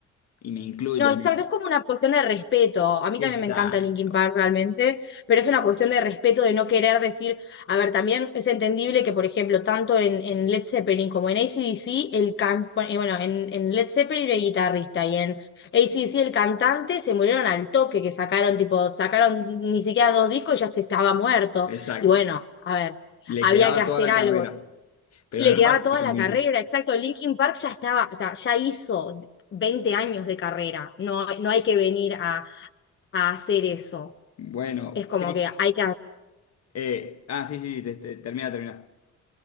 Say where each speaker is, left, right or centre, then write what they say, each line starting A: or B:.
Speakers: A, on the left; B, on the left.
A: y me incluyo
B: No, exacto,
A: en eso.
B: es como una cuestión de respeto. A mí también
A: Exacto,
B: me encanta Linkin Park realmente, pero es una cuestión de respeto, de no querer decir, a ver, también es entendible que, por ejemplo, tanto en, en Led Zeppelin como en AC/DC, el can... eh, bueno, en, en Led Zeppelin el guitarrista y en AC/DC el cantante se murieron al toque, que sacaron, tipo, sacaron ni siquiera dos discos y ya se estaba muerto.
A: exacto,
B: Y bueno, a ver,
A: le
B: había
A: quedaba
B: que hacer
A: toda la
B: algo.
A: carrera, pero
B: Le
A: no
B: quedaba
A: pasa
B: toda
A: así con
B: la
A: Linkin.
B: carrera, exacto. Linkin Park ya estaba, o sea, ya hizo 20 años de carrera. No, no hay que venir a, a hacer eso.
A: Bueno,
B: Es como
A: Cri-
B: que hay que.
A: eh, ah, sí, sí, sí, te- te- termina, termina.